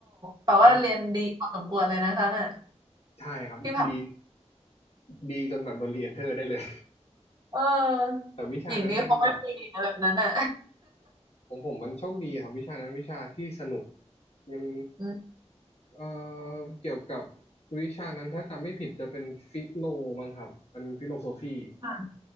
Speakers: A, on the right; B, on the left.
A: แปลว่าเรียนดีพอสมควรเลยนะคะเนี่ย
B: ก็ใช่ครับดี
A: ที่ผ่าน
B: ดีจนแบบโดนรีเอนเทอร์ได้เลย
A: เออหญิงนี้เขาไม่มีนะแบบนั้นอ่ะ
B: แต่วิชานั้นมันแบบ ผมผมมันโชคดีครับวิชานั้นวิชาที่สนุกมัน
A: <laughs> อืม
B: เอ่อเกี่ยวกับวิชานั้นถ้าจำไม่ผิดจะเป็นฟิโลมั้งครับเป็นฟิโลโซฟี
A: ค่ะ